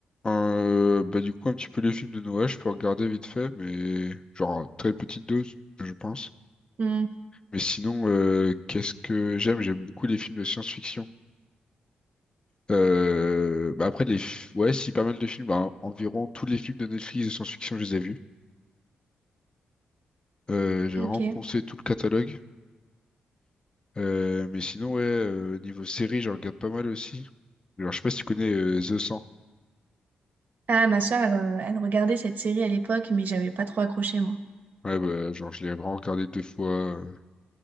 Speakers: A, on the left; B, on the right.
A: Euh, bah, du coup, un petit peu les films de Noël, je peux regarder vite fait, mais genre, à très petite dose, je pense.
B: Hmm,
A: Mais sinon, euh, qu'est-ce que j'aime? J'aime beaucoup les films de science-fiction. Euh, bah après, les... f- ouais, si, pas mal de films. Bah, environ tous les films de Netflix de science-fiction, je les ai vus. Euh, j'ai
B: ok.
A: vraiment poncé tout le catalogue. Euh, mais sinon, ouais, euh, niveau série, j'en regarde pas mal aussi. Alors, je sais pas si tu connais euh, The 100.
B: Ah, ma soeur, elle, euh, elle regardait cette série à l'époque, mais j'avais pas trop accroché, moi.
A: Ouais, bah, genre, je l'ai vraiment regardé deux fois. euh,